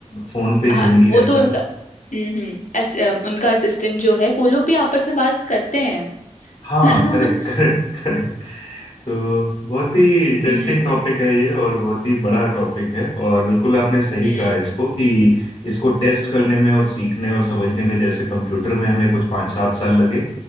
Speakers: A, on the left (about 40°); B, on the left (about 75°).
A: फोन पे
B: हाँ
A: जेमिनी
B: वो
A: रहता
B: तो उनका
A: है
B: हम्म हम्म अस, अ, उनका असिस्टेंट जो है वो लोग भी आपस में बात करते हैं
A: हाँ
B: <laughs>
A: करेक्ट करेक्ट करेक्ट तो बहुत ही इंटरेस्टिंग
B: हम्म
A: टॉपिक है ये और बहुत ही बड़ा टॉपिक है और बिल्कुल आपने सही
B: हम्म
A: कहा इसको कि इसको टेस्ट करने में और सीखने और समझने में जैसे कंप्यूटर में हमें कुछ पाँच सात साल लगे